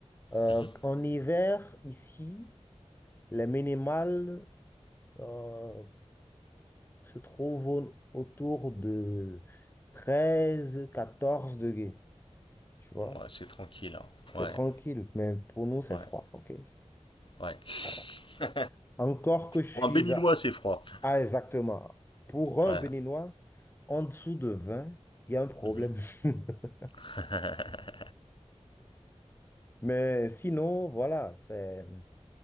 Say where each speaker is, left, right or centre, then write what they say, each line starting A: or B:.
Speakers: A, on the left (about 20°); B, on the left (about 45°).
A: Euh,
B: mhm.
A: en hiver, ici, les minimales euh, se trouvent au- autour de treize, quatorze degrés. Tu vois?
B: Ouais, c'est tranquille. hein.
A: C'est
B: Ouais,
A: tranquille, mais pour nous, c'est
B: ouais,
A: froid, ok?
B: ouais.
A: Voilà.
B: <laughs>
A: Encore que je suis
B: Pour un béninois,
A: à,
B: c'est froid.
A: à exactement, pour un
B: Ouais.
A: Béninois, en dessous de 20, il y a un problème.
B: mhm.
A: <laughs>
B: <laughs>
A: Mais sinon, voilà, c'est